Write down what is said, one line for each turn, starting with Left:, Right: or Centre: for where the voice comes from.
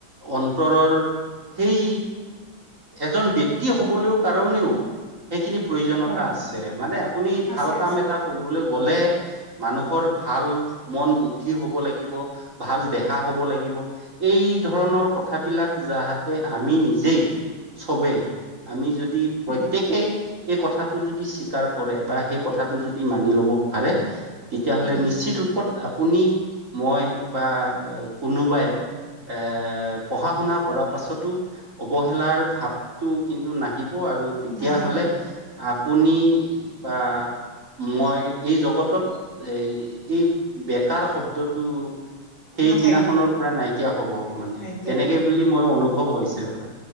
Right: অন্তৰৰ সেই এজন ব্যক্তি হবলৈও কাৰণেও সেইখিনি প্ৰয়োজনীয়তা
Left: হয়
Right: আছে মানে আপুনি ভাল
Left: আছে
Right: কাম
Left: আছে
Right: এটা কৰিবলে গলে মানুহৰ ভাল মন বুদ্ধি হব লাগিব ভাল দেহা হ হব লাগিব এই ধৰণৰ কথাবিলাক যাহতে আমি নিজেই চবেই আমি যদ যদি প্ৰত্যয়েকেই
Left: হয়
Right: এই কথাটো যদি স্বীকাৰ কৰে বা সেই কথাটো যদ দি মানি লব পাৰে তেতিয়াহলে
Left: উম,
Right: নিশ্চিত ৰূপত আপুনি মই বা কোনোবাই এ পঢ়া শুনা কৰা পাছতো অৱহেলাৰ ভাবটো কিন্তু নাহিব নাহিব আৰু তেতিয়া
Left: নাহিব
Right: হ'লে আপুনি বা মই এই জগতত এই-এই বেকাৰ শব্দটো সেই
Left: নাথাকিব
Right: দিনাখনৰ পৰা নাইকিয়া হ'ব মানে,
Left: নাইকিয়া
Right: তেনেকে বুলি মই অনুভৱ হৈছে বাৰু।